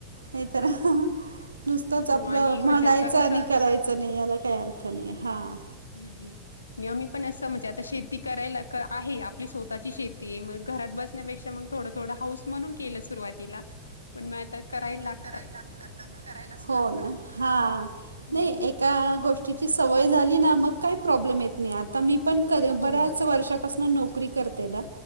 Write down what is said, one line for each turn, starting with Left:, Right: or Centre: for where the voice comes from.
Right: नाही तर, नुसतंच
Left: हो
Right: आपलं
Left: आणि म्हणजे
Right: म्हणायचं
Left: आता कसं
Right: आणि करायचं नाही याला काय अर्थ र्थ नाही हां.
Left: नाही. मी पण असं म्हणजे आता शेती करायला आहे, आपली स्वतःची शेती आहे मग घरात बस ण्यापेक्षा थोडं थोडं हौस म्हणुन केलं सुरवातीला, पण मग आता कराय लाग
Right: करायला लागतातच करायलाच लागत, हो ना हां,
Left: हो
Right: नाही हा एका गोष्टी ची सवय झाली ना मग काही प्रॉब्लेम येत नाही, आता मी पण क
Left: हो
Right: बऱ्याच वर्षापासून नोकरी करत ते ना